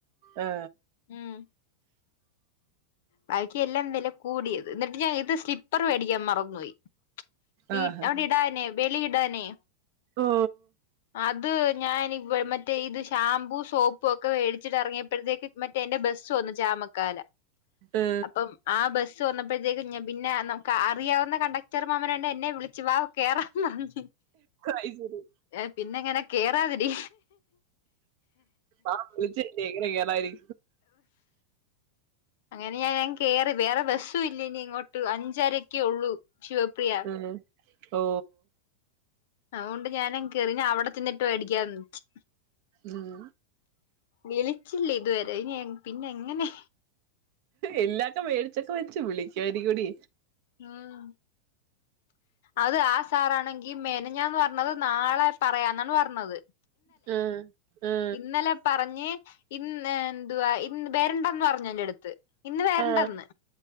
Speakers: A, on the right (about 45°); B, on the left (about 50°).
A: ആ
B: ഉം ബാക്കി. എല്ലാം. വില കൂടിയത് ന്നിട്ട്ഞാൻ. ഇത്. സ്ലിപ്പർ. മേടിക്കാൻ മറന്നോയി.
A: ആഹാ
B: ഈ ട്ട. ഇടാനെ ബലി.. ഇടാനെ
A: ഓ
B: അത്. ഞാൻനിവ. മറ്റേ. ഇത് ഷാംമ്പൂ ഷോ പ്പൊക്കെ വെടിചിട്ടറങ്ങിയപ്പോഴത്തേക്ക് മറ്റേ എന്റെ ബസ്സ്‌ വന്നു. ചാമക്കാര
A: ഏ
B: അപ്പം. ആ. ബസ്സ്. വന്നപ്പെ ത്തേക്കും. പിന്നെ നമ്മക്ക്. അറിയാവുന്ന. കണ്ടക്ടർ മാമനന്നെ എന്നെ വിളിച്ചു വാ കേറാം പറഞ്ഞ്
A: അയ്ശരി
B: ഏ. പിന്നെങ്ങനെ. കേറാതി ടി
A: ആ. വിളിച്ചല്ലേ എങ്ങനെ കേറാതി രി
B: അങ്ങനെ. ഞൻ കേറി. വേറെ ബസ്സും ഇല്ല. ഇനി. ഇങ്ങോട്ട്. അഞ്ചരക്കേ ഒള്ളൂ ശിവപ്രിയ
A: ഉം ഓ
B: അവോണ്ട്. ഞാൻ കേറി. അവിടെ ചെന്നിട്ട്. വേടിക്കാന്ന് വെച്ച്
A: ഉം
B: വിളിച്ചില്ലേ. ഇതുവരെ. ഇനിഎ. പിന്നെ എങ്ങനെ
A: എല്ലാക്കെ. മേടിച്ചൊക്കെ വെച്ചു വിളിക്ക്യയിരികൊടി
B: ഉം അത്. ആ. സാറാണെങ്കി മെനഞ്ഞാന്ന്. പർഞ്ഞത്. നാളെ. പറയാന്നാണ്. പർഞ്ഞത്
A: ആ ആ
B: ഇന്നലെ. പറഞ്ഞി. ഇന്ന് എന്തുവാ. ഇൻ. വരണ്ടന്ന്. പർഞ്ഞു. എന്റെടുത്ത് ഇന്ന് വരണ്ടന്ന്
A: ആ